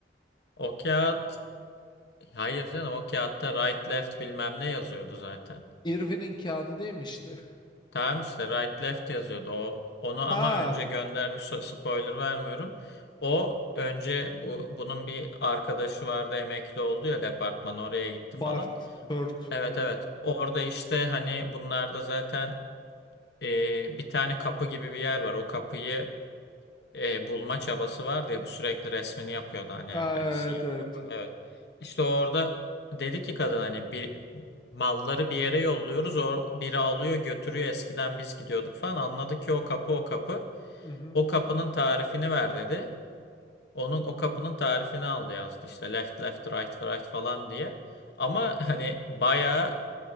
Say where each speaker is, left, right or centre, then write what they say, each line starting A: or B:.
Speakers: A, on the left; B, on the left.
A: O kağıt hayır canım o kağıtta right left bilmem ne yazıyordu zaten.
B: Irving'in kağıdı değil mi işte
A: Tamam işte right left yazıyordu. O onu ama
B: ha
A: önce gönderdik. So- Spoiler vermiyorum. O önce bu bunun bir arkadaşı vardı emekli oldu ya departman oraya gitti
B: Bart
A: falan.
B: Bert
A: Evet
B: evet
A: evet. Orada işte hani bunlarda zaten e, bir tane kapı gibi bir yer var. O kapıyı e, bulma çabası vardı ya bu sürekli resmini yapıyordu hani
B: Aa,
A: evde
B: evet,
A: siyah
B: evet.
A: kapağı evet. İşte orada dedi ki kadın hani bir malları bir yere yolluyoruz o biri alıyor götürüyor eskiden biz gidiyorduk falan anladık ki o kapı o kapı
B: Hı hı.
A: o kapının tarifini ver dedi. Onun o kapının tarifini aldı yazdı işte left left right right falan diye. Ama hani bayağı